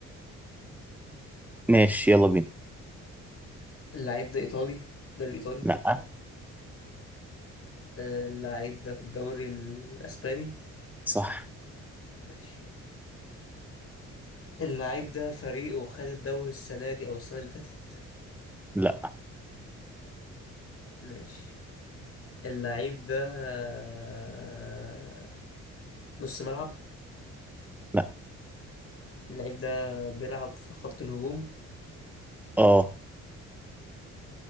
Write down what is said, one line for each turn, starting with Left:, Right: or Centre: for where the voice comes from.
Centre: ماشي يلا بينا
Left: اللعيب ده ايطالي الدوري الايطالي
Centre: لا
Left: آه، اللعيب ده في الدوري الاسباني
Centre: صح
Left: ماشي اللعيب ده فريقه خد الدوري السنة دي او السنة اللي فاتت
Centre: لا
Left: ماشي اللعيب ده آه، نص ملعب
Centre: لا
Left: اللعيب ده بيلعب في خط الهجوم
Centre: اه